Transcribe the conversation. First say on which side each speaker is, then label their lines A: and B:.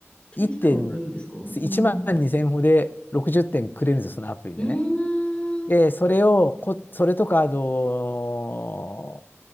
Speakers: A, on the left; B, on the left.
A: 点数わかるんですかうん。
B: 1点、1万2000歩で60点くれるんですよ、そのアプリでね。
A: うーん。
B: で、それをこ、それとか、あの